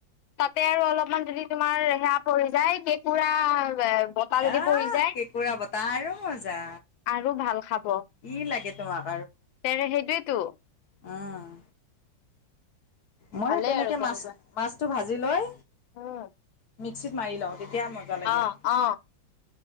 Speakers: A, on the left; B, on the left.
A: তাতে আৰু অলপমান যদি তোমাৰ ৰে সে পৰি যায় কেঁকুৰা বতাহ যদি
B: আহ,
A: পৰি যায়
B: কেঁকুৰা বতাহ আৰু মজা।
A: আৰু ভাল খাব। তেৰে
B: কি লাগে তোমাক
A: সেইটোয়েতো।
B: অঁ। মই
A: ভালেই
B: সেই তেনেকৈ
A: আৰু তেনেকুৱা
B: মাছ মাছটো ভাজি লৈ,
A: উম।
B: মিক্সিত মাৰি লওঁ, তেতিয়া মজা লাগে।
A: অ অ